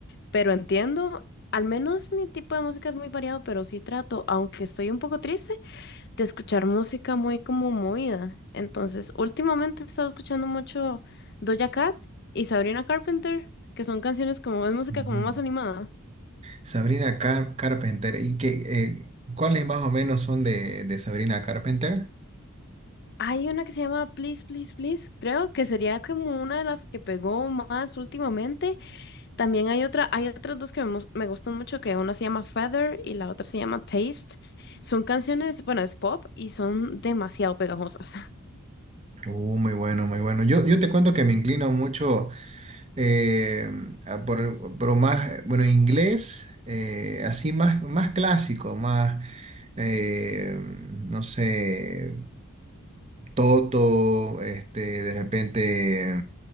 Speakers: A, on the left (about 50°); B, on the right (about 30°).
A: pero entiendo, al menos mi tipo de música es muy variado, pero sí trato, aunque estoy un poco triste, de escuchar música muy como movida. Entonces, últimamente he estado escuchando mucho Doja Cat y Sabrina Carpenter, que son canciones como, es música
B: Ujú.
A: como más animada.
B: Sabrina Car- Carpenter. ¿Y qué, eh, cuáles más o menos son de, de Sabrina Carpenter?
A: Hay una que se llama Please, Please, Please, creo que sería como una de las que pegó más últimamente. También hay otra, hay otras dos que me, mus- me gustan mucho, que una se llama Feather y la otra se llama Taste. Son canciones, bueno, es pop y son demasiado pegajosas.
B: Uh, muy bueno, muy bueno. Yo, yo te cuento que me inclino mucho eh, a por, por más, eh, bueno, inglés, eh, así más, más clásico, más, eh, no sé, Toto, este, de repente